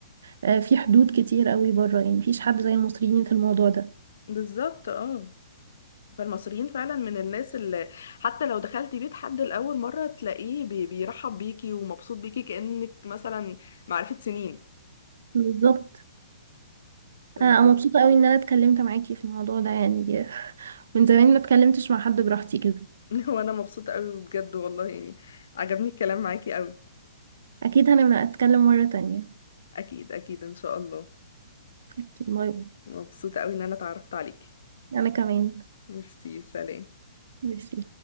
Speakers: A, on the right (about 65°); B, on the left (about 65°).
A: آه، في حدود كتير قوي بره يعني مفيش حد زي المصريين في الموضوع ده
B: بالظبط اه فالمصريين فعلا من الناس اللي حتى لو دخلتي بيت حد لاول مره تلاقيه بي- بيرحب بيكي ومبسوط بيكي كانك مثلا معرفه سنين
A: بالظبط
B: فدي
A: انا مبسوطه قوي ان انا اتكلمت معاكي في الموضوع ده يعني <laughs> من زمان ما اتكلمتش مع حد براحتي كده
B: <laughs> وانا مبسوطه قوي بجد والله يعني عجبني الكلام معاكي قوي
A: اكيد هنبقى اتكلم مره تانية
B: اكيد اكيد ان شاء الله
A: اكيد مرة.
B: مبسوطة قوي ان انا اتعرفت عليكي
A: انا كمان
B: ميرسي سلام
A: ميرسي